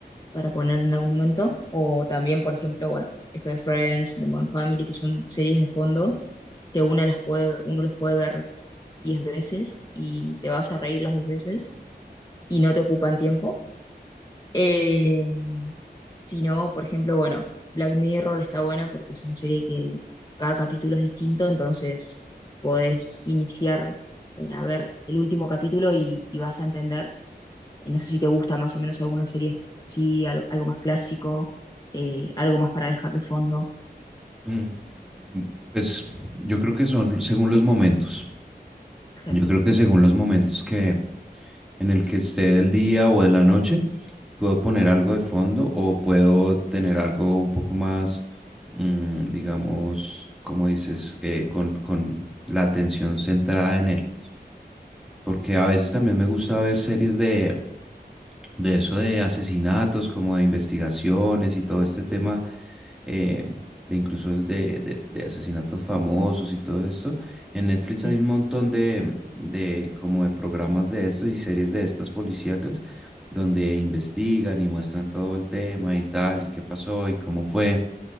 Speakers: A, on the left; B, in the centre.
A: para poner en algún momento. O también, por ejemplo, bueno, esto de Friends, de Modern Family, que son series de fondo que una las puede, uno las puede ver 10 veces y te vas a reír las 10 veces y no te ocupan tiempo. Eh, si no, por ejemplo, bueno, Black Mirror está buena porque es una serie que cada capítulo es distinto, entonces podés iniciar eh, a ver el último capítulo y, y vas a entender. Eh, No sé si te gusta más o menos alguna serie así, al- algo, más clásico, eh, algo más para dejar de fondo.
B: Mm, Pues yo creo que son según los momentos.
A: Claro,
B: Yo creo que según los momentos que, en el que esté del día o de la noche, puedo poner algo de fondo o puedo tener algo un poco más, mm, digamos, como dices, eh, con, con la atención centrada en él. Porque a veces también me gusta ver series de, de eso de asesinatos, como de investigaciones y todo este tema, eh, de incluso de, de- de asesinatos famosos y todo esto. En Netflix
A: sí.
B: hay un montón de, de como de programas de estos y series de estas policíacas donde investigan y muestran todo el tema y tal, y qué pasó y cómo fue.